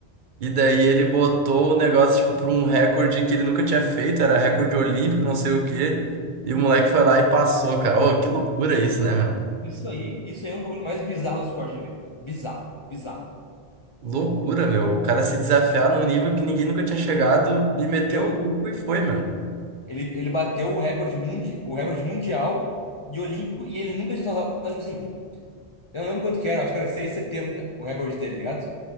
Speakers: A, on the right (about 55°); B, on the left (about 45°).
A: e daí ele botou o negócio tipo para um recorde que ele nunca tinha feito, era recorde olímpico, não sei o quê. E o moleque foi lá e passou, cara. Ô, que loucura isso, né, meu?
B: isso aí, isso aí é um bagulho mais bizarro do esporte, já vi. Bizarro, bizarro.
A: Loucura, meu. O cara se desafiar num nível que ninguém nunca tinha chegado e meteu
B: Meu,
A: o louco e foi, meu.
B: Ele, ele bateu o recorde, mundi, o recorde mundial de olímpico e ele nunca tinha saltado, tipo assim, eu não lembro quanto que era, acho que era seis e setenta o recorde dele, tá ligado?